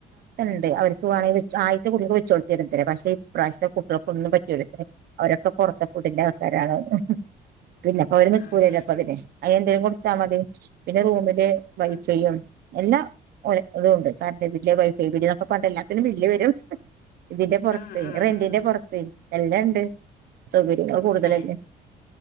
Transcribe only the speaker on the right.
ണ്ട് അവർക്ക് വേണെങ്കിൽ വെച്ച് ആദ്യത്തെ കുട്ടികക്ക് വെച്ച കൊടുത്തിരുഅത്ര, പക്ഷെ ഇപ്രവശത്തെ കുട്ടികൾക് ഒന്നും പറ്റ് ണ്ല്ല അവരൊക്കെ പുറത്ത് കൂടിന്റെ ആൾക്കാരാണ് പിന്നെ ഇപ്പൊ അവര് നിക്കൂലല്ലോ
അപ്പൊ അതിന്. അത് എന്തേലും കൊടുത്താൽ മതി പിന്നെ റൂമ് ഇത് വലിചെയ്യും
എല്ല ഇതുംണ്ട്. കാറന്റ് ബില്ല്, വൈഫൈ ഇതിന്നൊക്കെ പാടെ എല്ലാത്തിനും ബില്ല് വരും ഇതിന്റെ പുറത്ത്,
റെന്റിന്റെ പുറത്ത് എല്ലാം ഉണ്ട് സൗകര്യങ്ങള് കൂടുതല
ഉണ്ട്